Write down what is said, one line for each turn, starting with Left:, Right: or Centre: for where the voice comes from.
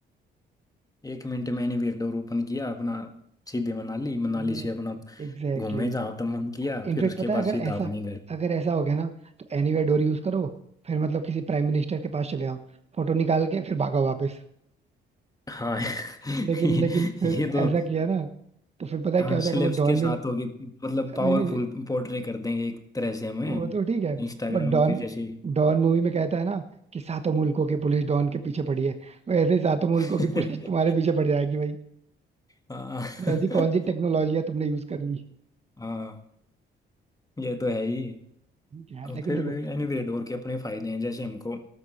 Left: एक मिनट में एनीवेयर डोर ओपन किया अपना सीधे मनाली मनाली
Right: हाँ
Left: से अपना
Right: एग्जैक्टली
Left: घूमे जहाँ तक मन किया
Right: इनफेक्ट
Left: फिर उसके
Right: पता है
Left: बाद
Right: अगर
Left: सीधा
Right: ऐसा
Left: अपने घर
Right: अगर ऐसा हो गया ना तो एनीवेयर डोर यूज करो फिर मतलब किसी प्राइम मिनिस्टर के पास चले आओ फोटो निकाल के फिर भागो वापस
Left: हाँ <laughs>
Right: लेकिन लेकिन फिर
Left: ये तो
Right: ऐसा किया ना तो फिर पता है
Left: हाँ
Right: क्या हो जाएगा
Left: सेलेब्स
Right: वो डॉन
Left: के साथ
Right: में
Left: होगी मतलब पावरफुल
Right: नहीं नहीं
Left: पोर्ट्रे कर देंगे एक तरह से हमें
Right: वो तो ठीक है
Left: इंस्टाग्राम
Right: बट डॉन
Left: पे जैसे
Right: डॉन मूवी में कहता है ना कि सातों मुल्कों की पुलिस डॉन के पीछे पड़ी है वैसे ही सातों मुल्कों
Left: <laughs>
Right: की पुलिस तुम्हारे पीछे पड़ जाएगी भाई
Left: हाँ
Right: ये ऐसी कौन सी टेक्नोलॉजी है तुमने यूज कर ली
Left: हाँ, ये तो है ही
Right: ठीक है यार लेकिन
Left: फिर
Right: देखो
Left: भी एनीवे डोर के अपने फायदे हैं जैसे हमको